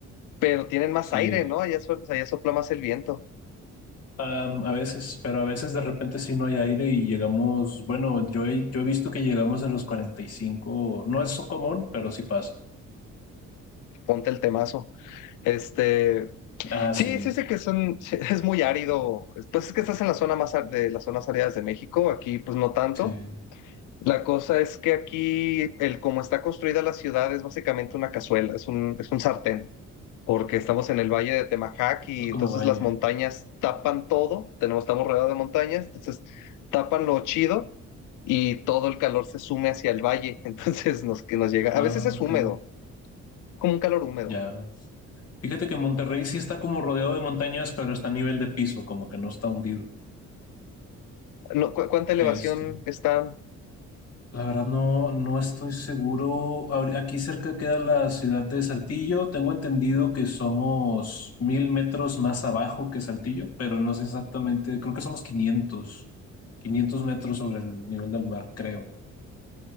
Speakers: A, on the left; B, on the left.
A: pero tienen más
B: sí.
A: aire, ¿no? Allá, sol- allá sopla más el viento.
B: Am, a veces, pero a veces de repente sí no hay aire y llegamos, bueno, yo he, yo he visto que llegamos a los 45. no es común, pero sí pasa.
A: ponte el temazo. Este,
B: Ah, sí,
A: sí, sí sé que son, sí, es muy árido. Pues es que estás en la zona más ar- de las zonas áridas de México, aquí pues no tanto.
B: sí, es
A: La cosa es que aquí, el como está construida la ciudad, es básicamente una cazuela, es un, es un sartén, porque estamos en el valle de Temajac y
B: como
A: entonces
B: valle.
A: las montañas tapan todo, tenemos, estamos rodeados de montañas, entonces tapan lo chido y todo el calor se sume hacia el valle, <laughs> entonces nos, que nos llega, a
B: Ah,
A: veces es
B: ok,
A: húmedo, como un calor húmedo.
B: ya. Fíjate que Monterrey sí está como rodeado de montañas, pero está a nivel de piso, como que no está hundido.
A: No, ¿cu- ¿cuánta elevación
B: Este,
A: está?
B: La verdad no, no estoy seguro. Ahori- Aquí cerca queda la ciudad de Saltillo. Tengo entendido que somos mil metros más abajo que Saltillo, pero no sé exactamente. Creo que somos quinientos quinientos metros sobre el nivel del mar, creo.